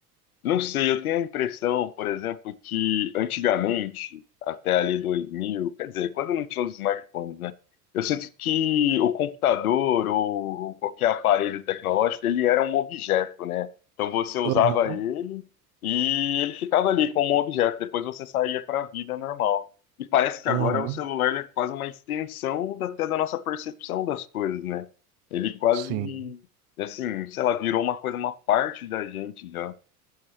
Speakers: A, on the left; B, on the right.
A: Não sei, eu tenho a impressão, por exemplo, que antigamente, até ali 2000, quer dizer, quando não tinha os smartphones, né? Eu sinto que o computador ou qualquer aparelho tecnológico, ele era um objeto, né? Então você usava
B: Aham,
A: ele e ele ficava ali como um objeto, depois você saía para a vida normal. E parece que
B: aham,
A: agora o celular ele é quase uma extensão da- até da nossa percepção das coisas, né? Ele quase,
B: sim.
A: assim, sei lá, virou uma coisa, uma parte da gente já.